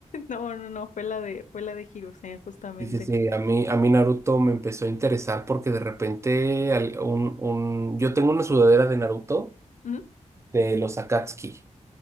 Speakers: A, on the left; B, on the right.
A: No, no, no, fue la de, fue la de Hiruzen, justamente.
B: Sí, sí, sí, a mí, a mí Naruto me empezó a interesar porque de repente al- un, un, yo tengo una sudadera de Naruto
A: Ujú.
B: de los Akatsuki.